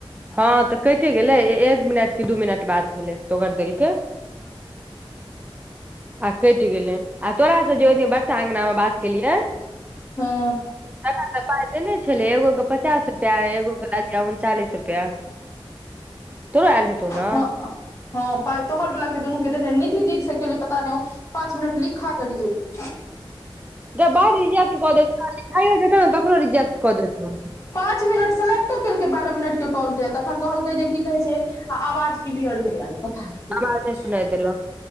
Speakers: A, on the right (about 15°); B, on the left (about 30°).
A: हँ तऽ कते गेलै एक मिनट कि दू मिनट बात भेलै तोगर देलके। आ कटि गेलै आ तोराास से जे बरषा अंगना मे बात केलियै
B: हँ
A: तखन तऽ पाइ ते ने छलै एगो के पचास रुपआ एगो के लगि उनचालिस रुपआ पा तो आले तो न
B: हँ पाइ तोहर वला के दुनू के निधि दी से के पता नहि पाँच मिनट ली खा करी जे एक।
A: ब र्ट ने त रज द <unintelligible>
B: पाँच मिनट सेलेक्टो केलकै बारह मिनटके कॉलके तखन कहलकै जे की कहैत छै। आ आवाज के बियर नहि आयल पता नहि कि करै
A: आवाज नहि
B: छै।
A: सुनाइ देलक